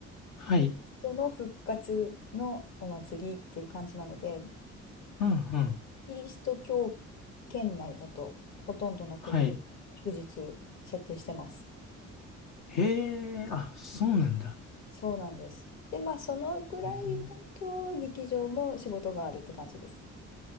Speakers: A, on the left; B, on the left.
A: はい。
B: 人の復活のお祭りっていう感じなので、
A: うんうん。
B: キリスト教圏内だと、ほとんどの国、
A: はい。
B: 祝日設定してます。
A: へえ、あ、そうなんだ。
B: そうなんです。で、まあ、そのぐらいだと、
A: うん、
B: 劇場も仕事があるって感じです。